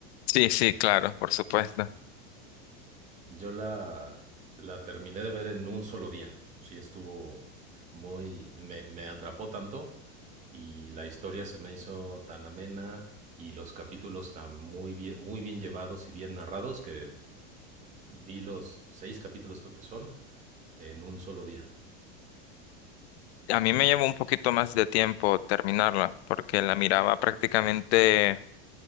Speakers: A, on the left; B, on the right.
A: Sí, sí, claro, por supuesto.
B: Yo la, la terminé de ver en un solo día. Sí, estuvo muy... Me, me atrapó tanto y la historia se me hizo tan amena y los capítulos tan muy bien, muy bien llevados y bien narrados que vi los seis capítulos creo que son en un solo día.
A: A mí me llevó un poquito más de tiempo terminarla porque la miraba prácticamente